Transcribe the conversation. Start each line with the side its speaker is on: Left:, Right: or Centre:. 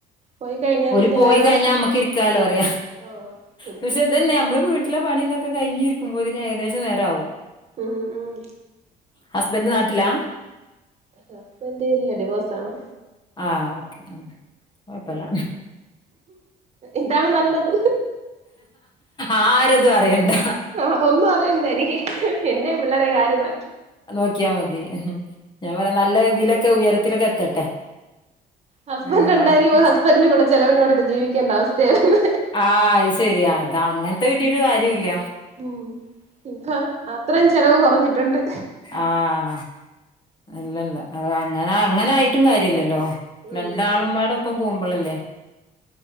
Right: പോയി കഴിഞ്ഞാ
Left: ഒരു
Right: പിന്നെ
Left: പോയി
Right: വേറെ
Left: കഴിഞ്ഞാ മ്മക്ക് ഇരിക്കാലോ അറിയ
Right: ഓഹ് ഇരിക്കാം
Left: പഷെ ഇതന്നെ നമ്മള് വീ ട്ട്ലെ പണിതൊക്കെകയിഞ്ഞിരിക്കുമ്പോ ഒര് ഏകദേശ നേരം ആവും.
Right: ഉം ഉം
Left: ഹസ്ബന്റ് നാട്ടില്ലാ.?
Right: ഹസ്ബന്റ് ഇല്ല ഡിവോസ് ആണ്.
Left: ആഹ് ഓക്കെ മ് കൊഴപ്പല്ല
Right: ഇതാണ് നല്ലത്
Left: ആരതും അറിയണ്ട
Right: ആഹ് ഒന്നും അറിയണ്ട എനിക്ക് പിന്നെ പിള്ളേരെ കാര്യം <inaudible>
Left: നോക്കിയാൽ മതി ഞാൻ പറ നല്ല ഇതിലൊക്കെ ഉയരത്തിലൊക്കെ എത്തട്ടെ
Right: ഹസ്ബൻഡ്
Left: ഉം
Right: ഉണ്ടായി
Left: വർക്കിച്ച്
Right: ഹസ്ബൻഡന് കൂടെ ചെലവിനൊടുത്ത് ജീവിക്കേണ്ട അവസ്ഥയായിുന്ന
Left: ആഹ് അത് ശരിയാ അതാ അങ്ങനത്തെ കിട്ടീട്ട് കാര്യമല്ല
Right: ഉം ഇപ്പൊ അത്രയും ചെലവ് കുറഞ്ഞിട്ടുണ്ട്
Left: ആഹ് അല്ലല്ല അ അങ്ങനെ അങ്ങനെ ആയിട്ടും കാര്യല്ലല്ലോ
Right: ഉം
Left: രണ്ടാളും പാടൊപ്പം പോകുമ്പോ നമ്മളല്ലേ